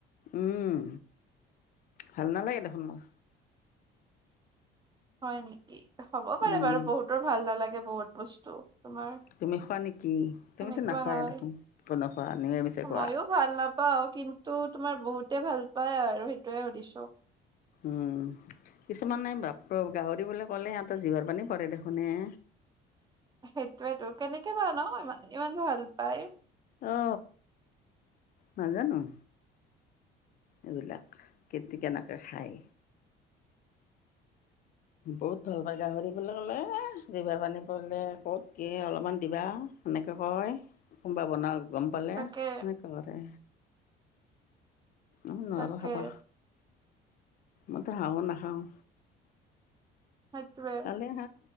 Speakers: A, on the left (about 45°); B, on the right (about 20°).
A: উম ভাল নালাগে দেখোন মোৰ
B: হয় নেকি হ'ব পাৰে
A: উম,
B: বাৰু বহুতৰ ভাল নালাগে বহুত বস্তু তোমাৰ
A: তুমি খোৱা নেকি তুমিতো
B: সেনেকুৱা
A: নাখোৱাই
B: হয়
A: দেখোন কোনে খোৱা এনে মিছা খোৱা
B: মইয়ো ভাল নাপাওঁ কিন্তু তোমাৰ বহুতে ভাল পায় আৰু সেইটোয়ে সুধিছোঁ
A: উম কিছুমানে বাপৰে বাপ গাহৰি বুলি ক'লে ইিহঁতৰ জিভাৰ পানী পৰে দেখোনয়ে
B: সেইটোৱেতো কেনেকে বা ন ইমান ইমান ভাল পাই
A: অ নাজানোঁ এইবিলাক কেতি কেনেকৈ খায় বহুত ভাল পায় গাহৰি বুলি ক'লে জিভাৰ পানী পৰিলে ক'ত কি অলপমান দিবা সেনেকৈ কয় কোনোবা বনোৱা গম পালে
B: তাকে
A: সেনেকুৱা কৰে আমি নোৱাৰো
B: তাকে
A: খাবা মইতো হাঁহ ও নাখাওঁ
B: সেটোৱে
A: খালে